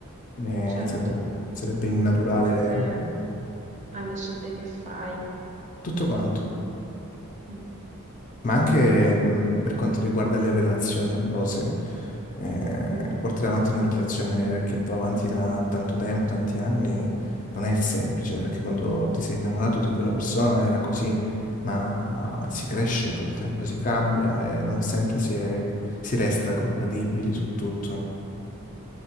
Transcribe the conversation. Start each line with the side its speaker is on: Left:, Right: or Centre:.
Left: Eh,
Right: Certo,
Left: sare- sarebbe innaturale
Right: in base alle scelte che fai.
Left: tutto quanto.
Right: Mm,
Left: ma anche mh, per quanto riguarda le relazioni amorose. Eh,
Right: Mhm.
Left: portare avanti una relazione che va avanti da tanto tempo, tanti anni, non è semplice, perché quando ti sei innamorato di quella persona era così, ma si cresce col tempo, si cambia e non sempre si è- si resta compatibili su tutto.